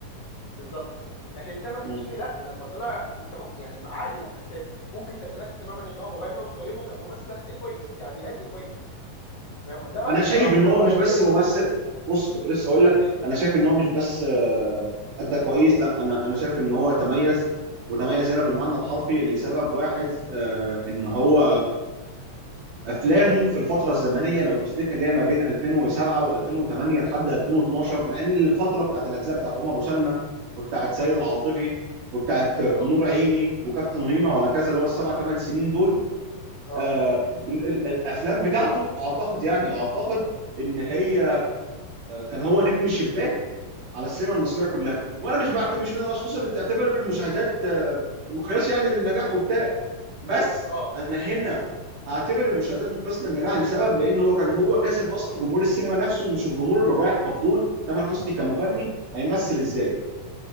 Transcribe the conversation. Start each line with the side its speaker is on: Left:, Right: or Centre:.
Left: بالظبط لكن تامر حسني
Right: مم.
Left: لا لما طلع انت م... يعني عادي ممكن ت... ممكن تتناسى تماما ان هو مغني وتقيمه كممثل هتلاقيه كويس يعني بيأدي كويس فاهم ده رأيي
Right: انا شايف
Left: بصراحة
Right: ان
Left: انت
Right: هو
Left: رأيك
Right: مش بس
Left: ايه؟
Right: ممثل بص كنت لسه اقول لك انا شايف ان هو مش بس آه، ادى كويس لا انا انا شايف ان هو تميز وتميز هنا بالمعنى الحرفي لسبب واحد آه، ان هو افلامه في الفتره الزمنيه لو تفتكر اللي هي ما بين 2007 و2008 لحد 2012 لان الفتره بتاعت الاجزاء بتاعت عمر وسلمى وبتاعت سيد العاطفي وبتاعت نور
Left: اه
Right: عيني وكابتن هيما وهكذا اللي هو السبع ثمان سنين دول
Left: اه
Right: آه، ال- ال- الافلام بتاعته اعتقد يعني اعتقد ان هي كان هو نجم الشباك على السينما المصريه كلها وانا مش بعت مش من الاشخاص اللي بتعتبر المشاهدات آه، مقياس يعني للنجاح وبتاع بس
Left: اه
Right: انا هنا هعتبر المشاهدات مقياس للنجاح لسبب لان هو كان هو جاذب اصلا جمهور السينما نفسه مش الجمهور اللي رايح كفضول تامر حسني كمغني هيمثل ازاي